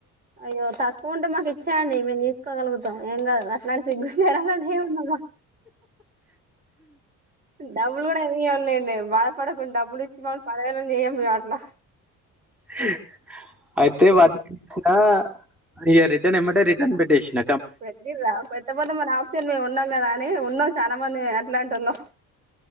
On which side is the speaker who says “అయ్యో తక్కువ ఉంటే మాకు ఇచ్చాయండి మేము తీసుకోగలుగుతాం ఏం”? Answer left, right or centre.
Right